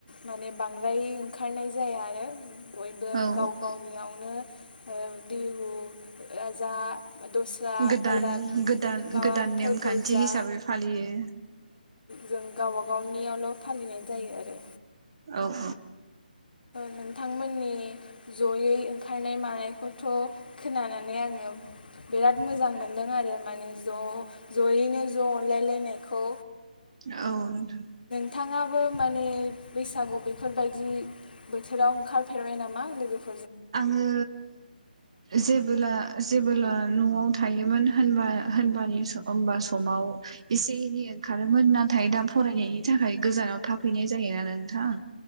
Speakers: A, on the left (about 70°); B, on the right (about 35°).
A: माने बांद्राय ओंखारनाय जाया आरो बयबो
B: औ
A: गाव गावनियावनो ओ- बिहु ओ- जा दस्रा
B: गोदान
A: आलदा
B: गोदान
A: माबाफोरबो
B: गोदान नेमखान्थि
A: जा
B: हिसाबै फालियो।
A: जों गावबा गावनियावल' फालिनाय जायो आरो।
B: औ औ
A: नोंथांमोननि जयै ओंखारनाय मानायखौथ' खोनानानै आङो। बिराद मोजां मोनदों आरो माने ज' ज'यैनो ज' अनलायलायनायखौ।
B: औ नोंथां
A: बिथाङाबो माने बैसागु बेफोरबायदि बोथोराव ओंखारफेरबाय नामा लोगोफोर?
B: आङो जेबोला जेबोला। न'आव थायोमोन होनबा होनबा होनबा समाव एसे एनै ओंखारोमोन। ना थाय दा फरायनायनि थाखाय गोजानाव थाफैनाय जायो ना नोंथां।